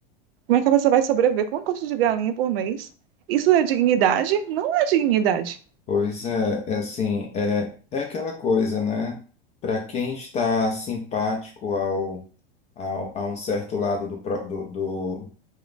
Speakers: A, on the right; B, on the left.
A: Como é que a pessoa vai sobreviver com uma coxa de galinha por mês? Isso é dignidade? Não é dignidade.
B: Pois é, é assim, é, é aquela coisa, né? Para quem está simpático ao, ao, a um certo lado do, pro- do, do,